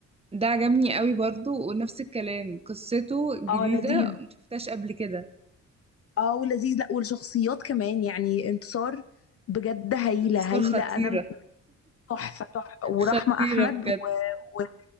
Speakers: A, on the right; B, on the left.
A: ده عجبني قوي برضه ونفس الكلام قصته جديدة
B: اه لذيذ
A: مشفتهاش قبل كده
B: اه ولذيذ لا والشخصيات كمان يعني انتصار بجد هايلة
A: انتصار
B: هايلة
A: خطيرة
B: انا تحفة تحفة ورحمة
A: خطيرة
B: احمد
A: بجد
B: و... و...